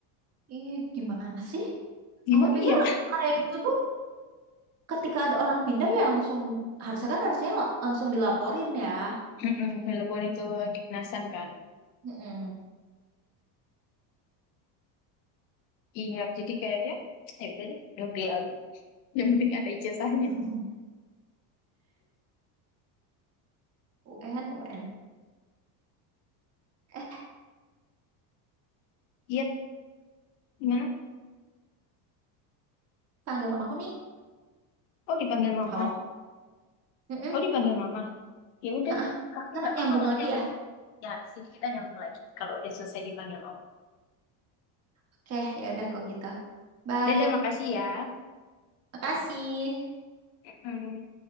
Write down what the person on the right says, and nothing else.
ih gimana sih?
Aku pikir
kayak gitu tuh ketika ada orang pindah ya langsung harusnya kan harusnya la- langsung dilaporin ya.
Mm-mm.
<laughs> UN, UN. Eh,
panggil mamaku nih.
Halo. Mm-mm.
Ha-ah.
Ntar
nyambung
lagi
ya.
Oke, ya udah kok gitu. Bye.
Makasih.